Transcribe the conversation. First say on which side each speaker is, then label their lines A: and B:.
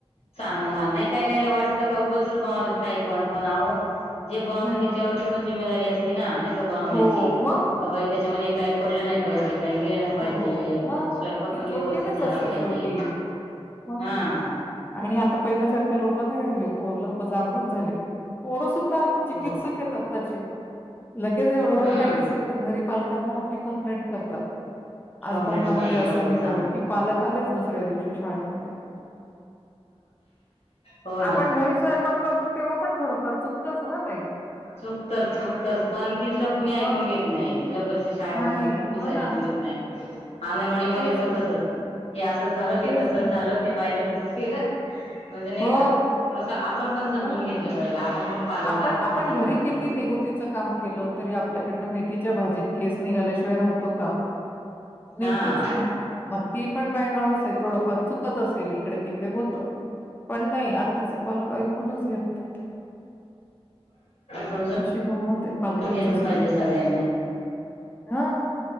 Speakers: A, on the left; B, on the left.
A: चांगला नाही काहीकाहींना वाट का उघचच बघतातय काही पण आहो. जे बनवतं
B: नाही,
A: त्याच्यावरती
B: नाही.
A: पण जिमेदारी अस तेंना नाही. बनवन्याची
B: हो, मग?
A: क बाई त्याच्यामदे. काही पडलं नाही पाहिजे. काही <unintelligible> पाहिजे
B: हो, मग
A: परत स्वयंपाक
B: ती
A: पण व्यवस्थित
B: जोखीमच
A: झाला
B: असते
A: पाहिजे,
B: शेवटी. मग
A: हा‌.
B: आणि आता पहिल्यासारख्या लोक नाही <unintelligible> जागृत झाले. पोर सु चिकितसिक
A: हो
B: आत्ताचे. लगेच एवढं एवढं
A: हम्म
B: काही दिसलं तर घरी पालकांना आपली कंप्लेंट करतात. आज
A: कंप्लेंट
B: भातामध्ये
A: करतात
B: असं
A: हो
B: निघालं
A: सांग
B: की पालक आलेच दुसऱ्या दिवशी शाळेमध्ये.
A: हो
B: <inaudible> आपण
A: ना
B: घरी स्वयंपाक करतो तेव्हा पण थोडफार चुक <unintelligible>
A: चुकतच चुकतंच पण तिथलं कुणी ऐकून
B: मग
A: घेत नाही, जिल्हा परिषद शाळेमधलं
B: नाही.
A: तर कुणीच
B: हो
A: ऐकून
B: ना,
A: घेत नाही. <inaudible> अंगणवाडी मध्ये
B: तेच
A: पण
B: तर.
A: तसच हे असं झालं ते
B: तेच
A: तसं
B: ना.
A: झालं ते बायने तस केलं. म्हणजे नाही
B: हो,
A: का थोडसं आपण पण समजून
B: हो ना.
A: घेतलं पाहिजे आपण पण पालक
B: आपण
A: आहेत ना.
B: आपण
A: हे मला म्हणाय
B: किती निगुतीच काम केलं तरी आपल्याकडन मेथीच्या भाजीत केस निघाल्याशिवाय राहतो का, निघतोच
A: हा
B: ना मग ती पण बाई माणूस आहे. थोडफार चु कत असेली. इकडे तिकडे होत, पण नाही आत्ताचे पालक ऐकूनच घेत नाहीत.
A: समजून
B: अशी गंमत आहे पालकांची
A: घेतलं
B: सुद्धा,
A: पाहिजे सगळ्यांनी
B: हा